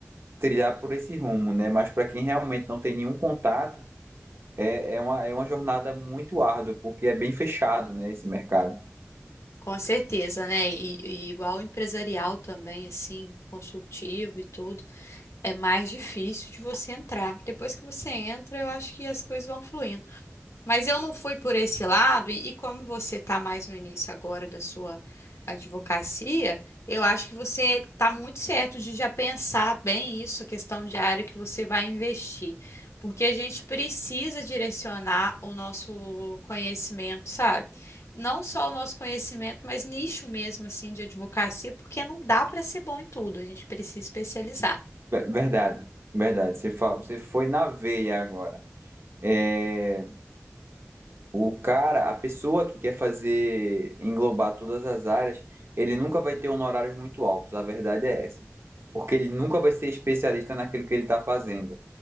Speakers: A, on the right; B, on the left.
A: trilhar por esse rumo, né? Mas para quem realmente não tem nenhum contato, é, é uma, é uma jornada muito árdua, porque é bem fechado, né, esse mercado.
B: Com certeza, né? E, e igual empresarial também, assim, consultivo e tudo, é mais difícil de você entrar. Depois que você entra, eu acho que as coisas vão fluindo. Mas eu não fui por esse lado, e, e como você está mais no início agora da sua advocacia, eu acho que você está muito certo de já pensar bem isso, a questão de área que você vai investir. Porque a gente precisa direcionar o nosso conhecimento, sabe? Não só o nosso conhecimento, mas nicho mesmo assim de advocacia, porque não dá para ser bom em tudo, a gente precisa especializar.
A: Ver- Verdade, verdade. Você fa- você foi na veia agora. é O cara, a pessoa que quer fazer englobar todas as áreas, ele nunca vai ter honorários muito altos, a verdade é essa. Porque ele nunca vai ser especialista naquilo que ele está fazendo.